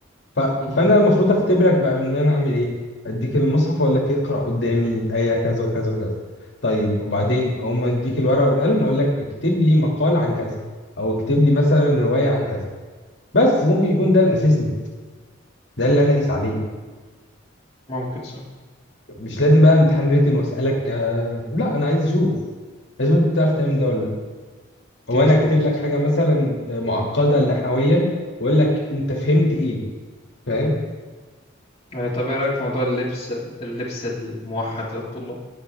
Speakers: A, on the left (about 60°); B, on the left (about 30°).
A: ف...
B: مهم.
A: فانا المفروض اختبرك بقى ان انا اعمل ايه اديك المصحف واقول لك اقرا قدامي ايه كذا وكذا وكذا طيب وبعدين اول ما اديك الورقه والقلم اقول لك اكتب لي مقال عن كذا او اكتب لي مثلا روايه عن كذا بس ممكن يكون ده الاساسي ده اللي انا اقيس عليه
B: ممكن صح
A: مش لازم بقى امتحان ريتن واسالك آه، لا انا عايز اشوف لازم انت تعرف تعمل ده ولا لا او
B: مظبوط
A: انا اكتب لك حاجه مثلا آه، معقده نحويا واقول لك انت فهمت ايه فاهم
B: آه. طب ايه رأيك في موضوع اللبس اللبس الموحد للطلاب